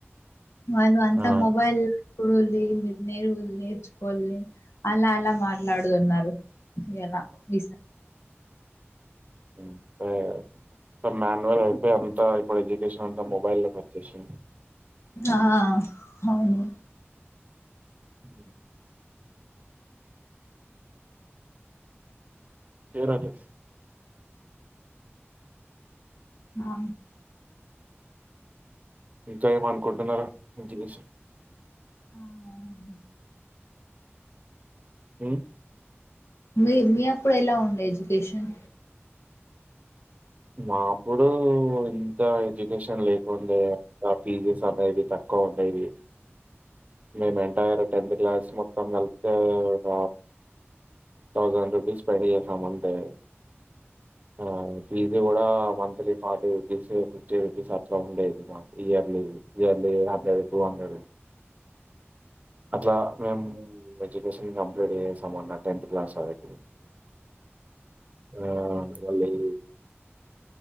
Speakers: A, on the left; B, on the right.
A: వాళ్ళు అంత
B: ఆ!
A: మొబైల్ ఇడు మీ నేరు నేర్చుకోని అలా అలా మాట్లాడుతున్నారు ఎలా ఇస
B: ఇ మాన్యువల్ అయిపోయి అంతా ఇప్పుడు ఎడ్యుకేషన్ అంత మొబైల్ లో కి వచ్చేసింది.
A: ఆ అవును
B: హ చేనా తెస్
A: ఆ
B: ఇంకా ఏమనుకుంటున్నారు పించిసి
A: ఆ అవును
B: హ్మ్.
A: మీ మీ అప్పుడు ఎలా ఉండే ఎడ్యుకేషన్
B: మా అప్పుడు అంత ఎడ్యుకేషన్ లేకుండే ఇగ కాఫీది సమయంవి తక్కువ ఉండేవి మేము ఎంటైర్ టెన్త్ క్లాస్ మొత్తం కలిత్తే, ఒక థౌజండ్ రూపీస్ స్పెండ్ చేసాం అంతే, ఆ ఫీజు కూడా monthly forty rupees, fifty rupees అట్లా ఉండేది మాకు. Yearly yearly hundred two hundred అట్లా మేం ము ఎడ్యుకేషన్ కంప్లీట్ చేసామన్న టెన్త్ క్లాస్ వాళ్ళకి ఆ వాళ్లయి